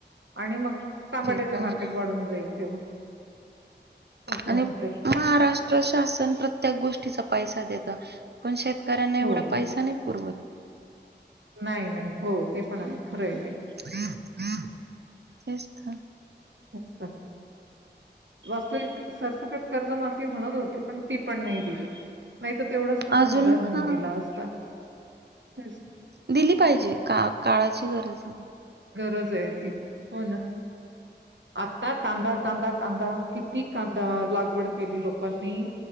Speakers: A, on the right; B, on the right.
A: आणि मग तांबाट्याचे
B: ते तर
A: मार्केट
B: आहे.
A: वाढून जाईल तेव्हा असं
B: आणि
A: होऊन जाईल
B: महाराष्ट्र शासन प्रत्येक गोष्टीचा पैसा देतं पण शेतकऱ्यांना
A: हो
B: एवढा पैसा नाही पुरवत
A: नाही नाही हो ते पण आहे खरं आहे हे
B: ह ह तेच तर
A: पाय वास्तविक सरसकट कर्जमाफी म्हणत होते पण ती पण नाही दिली नाही तर तेवढाच त्यांना
B: अजून
A: आधार होऊन
B: हां,
A: गेला असता. तेच.
B: दिली पाहिजे का काळाची गरज आहे.
A: गरज आहे ती हो ना. आता कांदा कांदा कांदा किती कांदा लागवड केली लोकांनी.